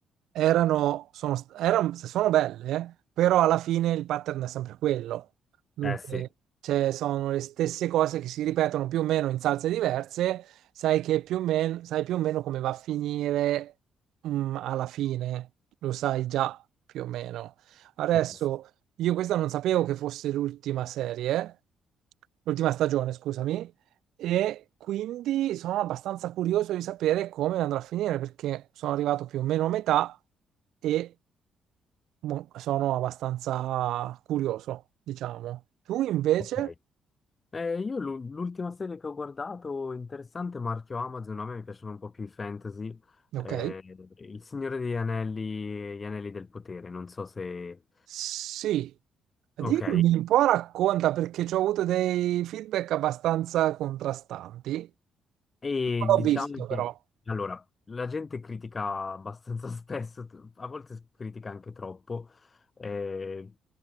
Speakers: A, on the right; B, on the left.
A: erano, sono, st- erano, se sono belle, però alla fine il pattern è sempre quello. Dunque,
B: Eh sì, eh
A: cioè, sono le stesse cose che si ripetono più o meno in salse diverse, sai che più o meno, sai più o meno come va a finire, mm, alla fine, lo sai già più o meno. Adesso,
B: sì,
A: io questa non sapevo che fosse l'ultima serie, l'ultima stagione, scusami e quindi sono abbastanza curioso di sapere come andrà a finire perché sono arrivato più o meno a metà e mo- sono abbastanza curioso, diciamo. Tu invece?
B: ok. Eh, io l'u- l'ultima serie che ho guardato, interessante, marchio Amazon, a me mi piacciono un po' più i fantasy,
A: Ok,
B: eh, Il Signore degli Anelli, e Gli Anelli del Potere, non so se...
A: sì. Dimmi
B: Ok,
A: un po', racconta perché ci ho avuto dei feedback abbastanza contrastanti.
B: E
A: Non
B: diciamo
A: L'ho visto però.
B: che, allora, la gente critica abbastanza <laughs> spesso, t- a volte s- critica anche troppo. eh,